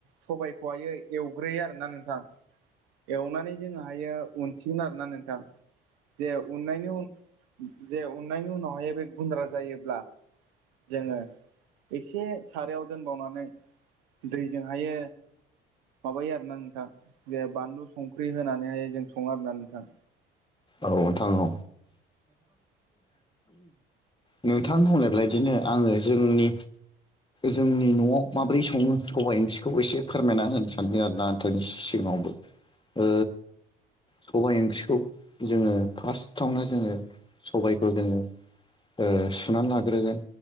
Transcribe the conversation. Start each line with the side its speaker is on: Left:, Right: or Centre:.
Right: सबाइखौहायो एवग्रोयो आरोना नोंथां एवनानै जोङोहायो उनसिगोन आरोना नोंथां जे उननायनि उ जे उननायनि उनावहाय बे गुन्द्रा जायोब्ला जोङो एसे सारायाव दोनबावनानै दैजोंहायो माबायो आरोना नोंथां जे बानलु संख्रि होनानैहाय जों सङो आरो ना नोंथां
Left: नोंथां औ नोंथां औ नोंथां बुंनायबायदि बिदिनो आङो जोंनि जोंनि न'आव माबोरै सङो सबाइ ओंख्रिखौ एसे फोरमायना होनो सानदों आरोना नोंथांनि सिगाङावबो ओ सबाइ ओंख्रिखौ जोङो फार्स्टआवनो जोङो सबाइखौ जोङो ओ सुनानै लाग्रोगोन